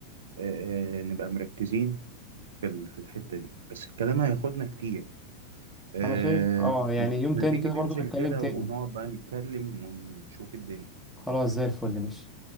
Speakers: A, on the right; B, in the centre.
A: آه، آه، نبقى مركزين في ال- في الحتة دي بس الكلام هياخدنا كتير أه
B: أنا شايف اه يعني
A: ما
B: يوم
A: ما
B: تاني
A: تيجي
B: كده
A: ننزل
B: برضو نتكلم
A: كده
B: تاني
A: ونقعد بقى نتكلم ونشوف الدنيا
B: خلاص زي الفل ماشي